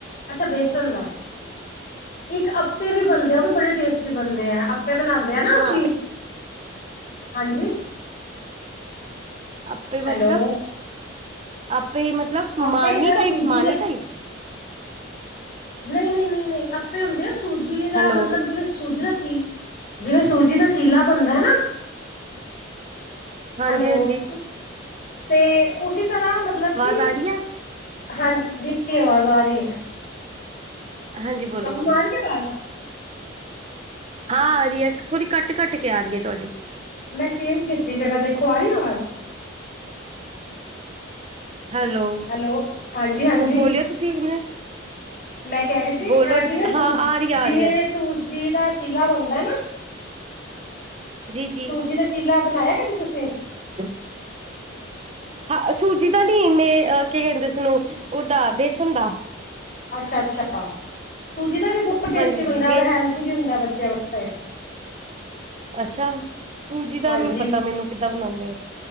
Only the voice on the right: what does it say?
ਹਾਂ
ਅੱਪੇ ਮਤਲਬ
ਅੱਪੇ ਮਤਲਬ
ਮਾਨੀ
ਟਾਈਪ ਮਾਨੀ ਟਾਈਪ।
ਹੈਲੋ
ਹਾਂਜੀ
ਹਾਂਜੀ
ਆਰਿਐ।
ਹਾਂਜੀ ਬੋਲੋ
ਬੋਲੋ
ਹਾਂ, ਆ ਰੀਏ, ਥੋੜ੍ਹੀ ਕੱਟ-ਕੱਟ ਕੇ ਆ ਰੀਏ ਤੁਆਡੀ।
ਹੈਲੋ।
ਹੁਣ ਬੋਲਿਓ ਤੁਸੀਂ ਇੱਕ ਮਿੰਟ
ਬੋਲੋ
ਹਾਂ ਆ ਰਹੀ ਆ
ਰਹੀ ਹੈ
ਜੀ ਜੀ
<inaudible> ਹਾਂ, ਆਛੂ ਜੀਦਾ ਦੀ ਮੇ ਕੀ ਕਹਿੰਦੇ ਉਸਨੂੰ ਉਹਦਾ ਬੇਸਨ ਦਾ।
ਹਾਂਜੀ ਜੀ
ਬੇ
ਅੱਛਾ ਸੂਜੀ
ਦਾ ਨੀ ਪਤਾ ਮੈਨੂੰ ਕਿੱਦਾਂ ਬਣਾਉਂਦੇ ਆ।